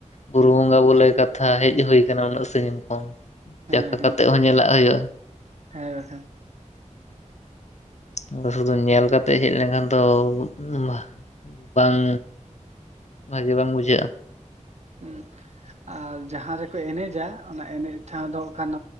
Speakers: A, on the left; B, on the right.
A: ᱵᱩᱨᱩ ᱵᱚᱸᱜᱟ ᱵᱚᱞᱮ ᱠᱟᱛᱷᱟ ᱦᱮᱡ ᱦᱩᱭ ᱟᱠᱟᱱᱟ ᱩᱱᱟᱹᱜ ᱥᱟᱹᱜᱤᱧ ᱠᱷᱚᱱ᱾
B: ᱦᱮᱸ
A: ᱪᱟᱠᱷᱟ
B: ᱦᱮᱸ
A: ᱠᱟᱛᱮᱜ ᱦᱚᱸ ᱧᱮᱞᱟᱜ ᱦᱳᱭᱳᱜᱼᱟ᱾
B: ᱦᱮᱸ ᱵᱟᱠᱷᱟᱱ᱾
A: ᱟᱫᱚ ᱥᱩᱫᱷᱩ ᱧᱮᱞ ᱠᱟᱛᱮᱜ ᱦᱮᱡ ᱞᱮᱱᱠᱷᱟᱱ ᱫᱚ ᱩᱢ ᱵᱟᱝᱼᱼ ᱵᱷᱟᱜᱮ ᱵᱟᱝ ᱵᱩᱡᱷᱟᱹᱜ-ᱟ᱾
B: ᱩᱸᱢ ᱟᱨ ᱡᱟᱦᱟᱸ ᱨᱮᱠᱚ ᱮᱱᱮᱡᱟ ᱚᱱᱟ ᱮᱱᱮᱡ ᱴᱷᱟᱶ ᱫᱚ ᱠᱷᱟᱱᱼᱼ